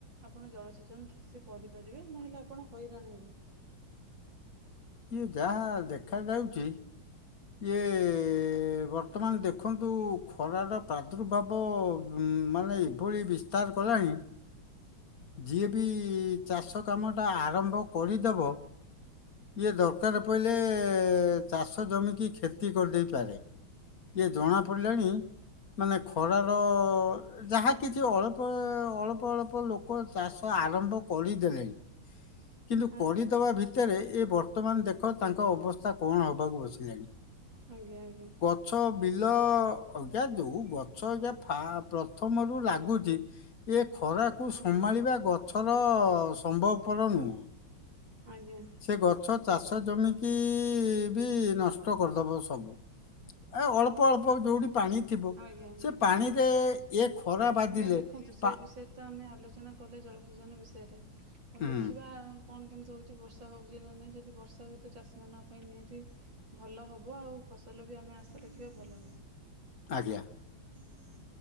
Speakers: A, on the right; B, on the left.
A: ଆପଣ ଜଳସେଚନ ଠିକ ସେ କରିପାରିବେ, ନହେଲେ ଆପଣ ହଇରାଣ ହେବେ।
B: ଇଏ ଯାହା ଦେଖାଯାଉଛି ଏଏ ବର୍ତ୍ତମାନ ଦେଖନ୍ତୁ ଖରାର ପ୍ରାଦୁର୍ଭାବ ମାନେ ଏଭଳି ବି ସ୍ତାର କଲାଣି ଯିଏ ବି ଚାଷ କାମ ଟା ଆରମ୍ଭ କରିଦବ ଇଏ ଦରକାର ପଇଲେ ଚାଷ ଜମିିକି କ୍ଷତି କରିଦେଇ ପାରେ। ଇଏ
A: ଆଜ୍ଞା
B: ଜଣା ପଡିଲାଣି ମାନେ ଖରାର ଯାହା କିଛି ଅଳ୍ପ ଅଳ୍ପ ଅଳ୍ପ ଲୋକ ଲୋକ ଚାଷ ଆରମ୍ଭ କରିଦେଲେଣି। କିନ୍ତୁ
A: ଆଜ୍ଞା
B: କରିଦେବା ଭିତରେ ଏ ବର୍ତ୍ତମାନ ଦେଖ ତାଙ୍କ ଅବସ୍ଥା କଣ ହେବାକୁ ବସିଲାଣି।
A: ଆଜ୍ଞା ଆଜ୍ଞା।
B: ଗଛ ବିଲ ଅଇକା ଯେଉଁ ଗଛ ଅଇକା ପ୍ରଥମରୁ ଲାଗୁଛି ଏ ଖରାକୁ
A: ଆଜ୍ଞା
B: ସମ୍ଭାଳିବା ଗଛର ସମ୍ଭବପର ନୁହଁ।
A: ଆଜ୍ଞା।
B: ସେ ଗଛ ଚାଷ ଜମିକି ବି ନଷ୍ଟ କରିଦେବ ସବୁ। ଏ ଅଳ୍ପ ଅଳ୍ପ ଯୋଉଠି ପାଣି ଥିବ
A: ଆଜ୍ଞା ଆଜ୍ଞା
B: ସେ ପାଣିରେ
A: ଠିକ୍ କଥା।
B: ଏ ଖରା ବାଜିଲେ
A: ଆଜ୍ଞା ଦେଖନ୍ତୁ ସେ
B: ପା-
A: ବିଷୟରେ ତ ଆମେ ଆଲୋଚନା କଲେ ଜଳସେଚନ ବିଷୟରେ ଆଉ
B: ହୁଁ
A: ଦେଖିବା କଣ କେମିତି ହଉଛି ବର୍ଷା ହେଉଛି ନା ନାହିଁ ଯଦି ବର୍ଷା ହୁଏ ତ ଚାଷୀମାନଙ୍କ ପାଇଁ ନିହାତି ଭଲ ହବ ଆଉ ଫସଲ ବି ଆମେ ଆଶା ରଖିବା ଭଲ ହବ।
B: ଆଜ୍ଞା।
A: ହୁଁ।